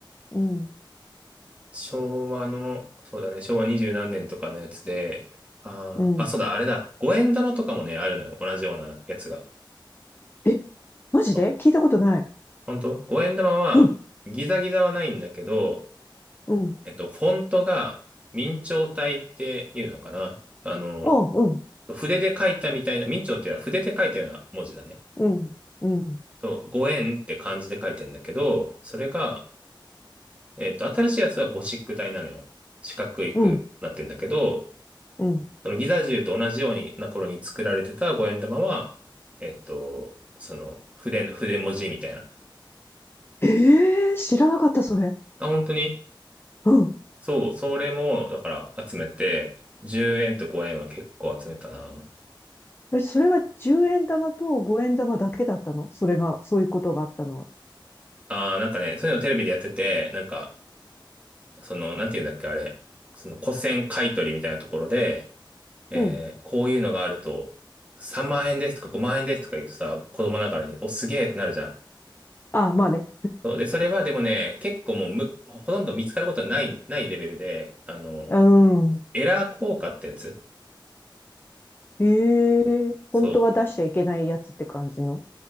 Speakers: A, on the left; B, on the right.
A: うん。
B: 昭和の、そうだね、昭和二十何年とかのやつで、あー、
A: うん。
B: あ、そうだ、あれだ、五円玉とかもね、あるのよ、同じようなやつが。
A: え、マジで聞いたことない。
B: そう。本当五円玉は、
A: うん、
B: ギザギザはないんだけど、
A: うん、
B: えっと、フォントが、明朝体っていうのかな。あの、
A: おう、
B: 筆で書いたみたいな、明朝っていうのは筆で書いたような文字だね。
A: うん、うん、うん、
B: そう、五円って漢字で書いてんだけど、それが、えっと、新しいやつはゴシック体なのよ。四角くなってんだけど、
A: うん、うん。
B: そのギザ銃と同じようにな頃に作られてた五円玉は、えっと、その筆の、筆文字みたいな。
A: ええー、知らなかった、それ。
B: あ、本当に
A: うん。
B: そう、それも、だから集めて、10円と5円は結構集めたな。
A: え、それは10円玉と5円玉だけだったのそれが、そういうことがあったのは。
B: ああなんかね、そういうのテレビでやってて、なんか、その、なんていうんだっけ、あれ、その古銭買い取りみたいなところで、えーこういうのがあると、
A: うん。
B: 3万円ですとか5万円ですとか言うとさ、子供ながらに、お、すげえってなるじゃん。
A: あ、まあね。
B: そうで、それはでもね、結構もうむ、ほとんど見つかることはない、ないレベルで、あの、
A: うん。
B: エラー効果ってやつ。
A: ええー、
B: そう。
A: 本当は出しちゃいけないやつって感じの